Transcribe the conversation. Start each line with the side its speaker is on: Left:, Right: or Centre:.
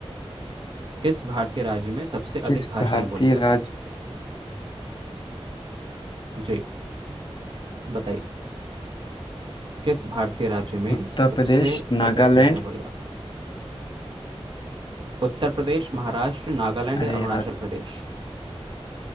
Right: किस भारतीय राज्य में सबसे
Left: किस
Right: अधिक भाषाएं
Left: भारतीय
Right: बोली जाती
Left: राज्य
Right: हैं जी बताइए किस भारतीय राज्य में
Left: उत्तर
Right: सबसे
Left: प्रदेश
Right: अधिक
Left: नागालैंड
Right: भाषाएं बोली जाती हैं उत्तर प्रदेश महाराष्ट्र नागालैंड
Left: अरे
Right: या अरुणाचल
Left: यार
Right: प्रदेश